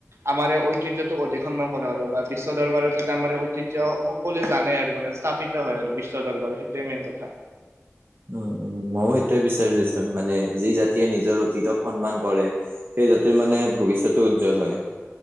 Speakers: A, on the right; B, on the right.
A: আমাৰ এই ঐ ঐতিহ্যটোক অধিসন্ন কৰা আৰু বা বিশ্ব দৰবাৰত যাতে আমাৰ ঐতিহ্য সকলোৱে জানে আৰু মানে স্থাপিত হয় বিশ্ব দৰবাৰ সেইটোৱে মেইন কথা।
B: <inaudible> উম উম ময়ো সেইটয়ে বিচাৰো দেচোন মানে, যি জাতিয়ে নিজৰ ঐতিহ্যক সন্মান কৰে। সেই জাতিৰ মানে ভৱিষ্যতো উজ্জ্বল হয়।